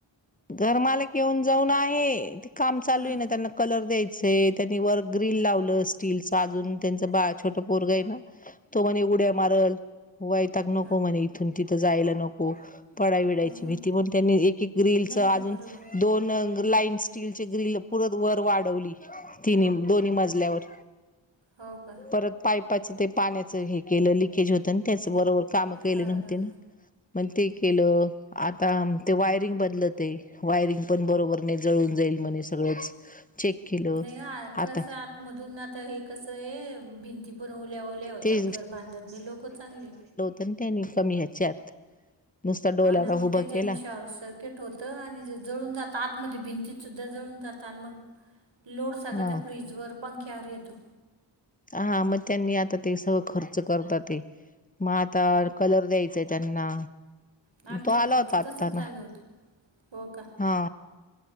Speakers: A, on the left; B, on the right.
A: घरमालक येऊन जाऊन आहे ते काम चालू
B: हा.
A: आहे ना त्यांना कलर द्यायचा त्यांनी वर ग्रिल लावलं स्टीलच अजून त्यांचं बा छोट पोरग आहे ना तो म्हणे उड्या मारल वयताक
B: तिथं
A: नको म्हणे इथून तिथं जायला नको
B: नको.
A: पडाय विडायची
B: हम्म हम्म
A: भीती पण त्यांनी एक एक रील
B: नाही
A: अजून
B: ना बरोबर आहे
A: दोन लाईन स्टीलचे ग्रिल पुरत वर वाढवली तिन् दोन्ही मजल्यावर
B: हो का
A: परत पापाच ते पाण्याच हे केलं लकेज होत त्याच बरोबर काम केले
B: हा
A: नव्हते
B: का?
A: ना मग ते केलं आता ते वायरिंग बदल ते वायरिंग पण बरोबर नाही जळून जाईल म्हणे सगळंच चेक केलं
B: नाही कसं
A: आता
B: आतमधून आता हे कसं आहे भि ती पण ओल्या ओल्या होत्या
A: ते
B: घर बांधत नाही लोक चांगली.
A: त त्यानी कमी ह्याच्यात नुसता डोलारा
B: हा ना मग
A: उभा
B: त्याच्याने
A: केला
B: शॉर्स केट होतं आणि जळून जात आतमध्ये भिंतीत सुद्धा जळून जाता आणि मग ते लोड सगळा
A: हा
B: त्या फ्रीजवर पंख्यावर येतो.
A: हा मग त्यांनी आता ते सगळ खर्च करतात ते. मग आता कलर द्यायचंय त्यांना.
B: म आमच्या
A: तो आला
B: फ्रीजचं
A: होता आत्ता
B: तसंच
A: ना
B: झालं होतं हो का.
A: हा